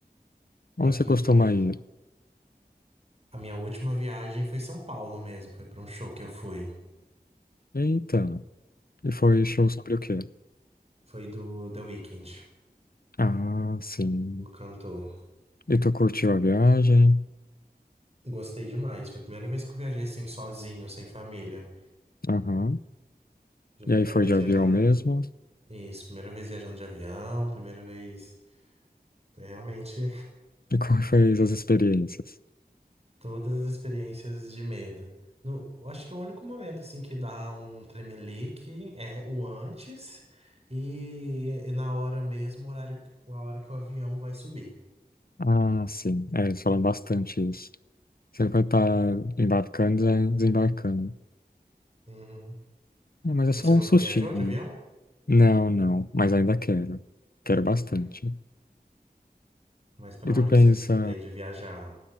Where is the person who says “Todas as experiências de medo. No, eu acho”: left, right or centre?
Right